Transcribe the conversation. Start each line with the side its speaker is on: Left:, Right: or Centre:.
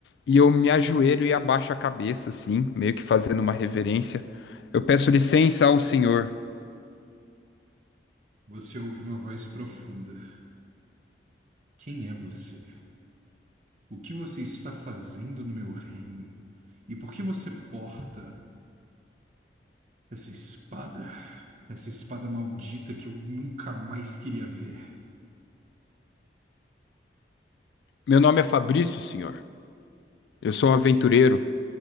Left: e eu me ajoelho e abaixo a cabeça, assim, meio que fazendo uma reverência. Eu peço licença ao senhor.
Right: Você ouve uma voz profunda. Quem é você? O que você está fazendo no meu reino? E por que você porta essa espada? Essa espada maldita que eu nunca mais queria ver.
Left: Meu nome é Fabrício, senhor. Eu sou um aventureiro.